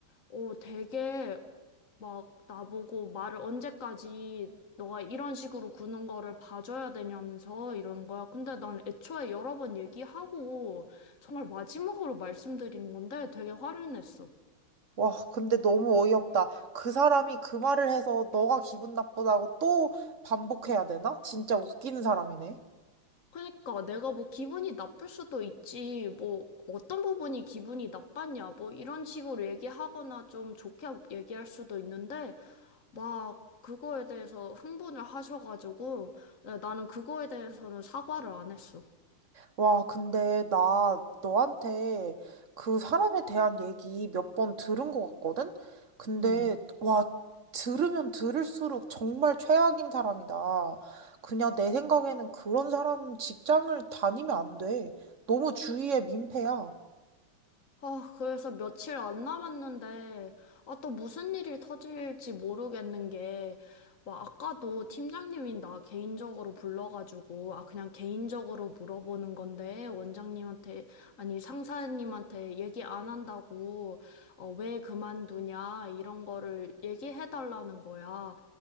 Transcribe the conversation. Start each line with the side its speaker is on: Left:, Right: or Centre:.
Left: 어, 되게 막 나보고 말을 언제까지 너가 이런 식으로 구는 거를 봐줘야 되냐면서 이러는 거야. 근데 난 애초에 여러 번 얘기하고 정말 마지막으로 말씀드린 건데 되게 화를 냈어.
Right: 와, 근데 너무 어이없다. 그 사람이 그 말을 해서 너가 기분 나쁘다고 또 반복해야 되나? 진짜 웃기는 사람이네.
Left: 그러니까 내가 뭐 기분이 나쁠 수도 있지. 뭐 어떤 부분이 기분이 나빴냐. 뭐 이런 식으로 얘기하거나 좀 좋게 얘기할 수도 있는데 막 그거에 대해서 흥분을 하셔가지고 나는 그거에 대해서는 사과를 안 했어.
Right: 와, 근데 나 너한테 그 사람에 대한 얘기 몇 번 들은 것 같거든? 근데,
Left: 음.
Right: 와, 들으면 들을수록 정말 최악인 사람이다. 그냥 내 생각에는 그런 사람은 직장을 다니면 안 돼. 너무 주위에 민폐야.
Left: 아, 그래서 며칠 안 남았는데, 아, 또 무슨 일이 터질지 모르겠는 게, 막 아까도 팀장님이 나 개인적으로 불러가지고, 아, 그냥 개인적으로 물어보는 건데, 원장님한테, 아니, 상사님한테 얘기 안 한다고, 어, 왜 그만두냐, 이런 거를 얘기해달라는 거야.